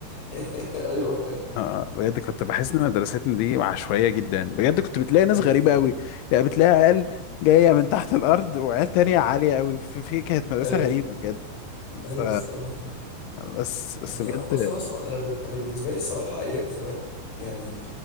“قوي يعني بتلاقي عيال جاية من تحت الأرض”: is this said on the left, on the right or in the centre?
Left